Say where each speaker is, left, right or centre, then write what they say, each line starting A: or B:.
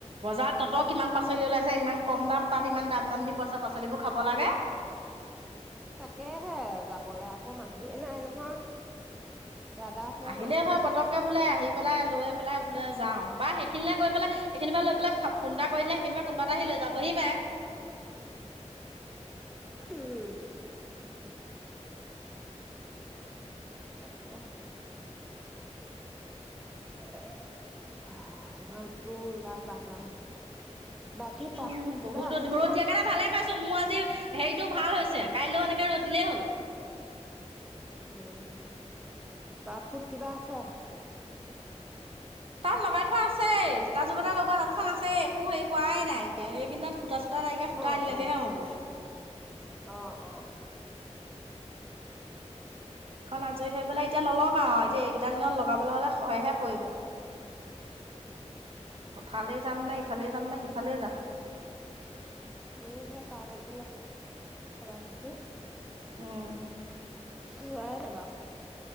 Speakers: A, on the right; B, in the centre.
A: বজাৰত কিমান পাচলি ওলাইছে ইমান কম দাম, তাত ইমান দাম দাম দি পইছা পাচলিবোৰ খাব লাগে।
B: তাকেহে যাবলৈ আকৌ মানুহেই নাই নহয়। দাদা সেয়া
A: আহিলে
B: নাথাকেই
A: হয় পতককে বোলে আহি, পেলাই লৈ পেলাই বোলে যাও। বা সেইখিনিল গৈ পেল এইখিনিিব লৈ পেলাই ফোন এটা কৰিলে সেইখিনি কোনোবা এটা আহি লৈ যাবহি পাৰে।
B: উম। তাকে। অ বাহ ইমান। উ ৰাম ৰাম ৰাম, বাকী
A: উম
B: তাঁত সুত
A: বহুত
B: কিবা
A: ৰ'দ
B: আছে
A: ৰ'দ
B: নে?
A: দিয়াৰ কাৰণে ভালে পাইছো মোৰ আজি হেৰিতটো ভাল হৈছে। কাইলৈও এনেকে ৰ'দিলেই হ'ল।
B: উম তাত সুত কিবা আছে।
A: তাত লগাই থোৱা আছেই, যুগটা লগোৱা তাল খন আছে একো হেৰি কৰাৱাই নাইকিয়া এইদিনত, সূটা চূতা নাইকিয়া সূতা
B: অ',
A: আনিলাগেহে
B: অ',
A: হ'ব।
B: অ অ।
A: এখন আজৰি হৈ পেলাই এতিয়া নলগাও আও এতিয়া এইকিটা দিনত লগাবলে হলে শয়েহে পৰিব। পথাৰলে যাম নে
B: তাকে
A: ইফালে যাম নে সিফালে যাম।
B: মো সেই তাঁত এজোটা লগাই থৈছো।
A: উম।
B: ওলায়ে নাযাও।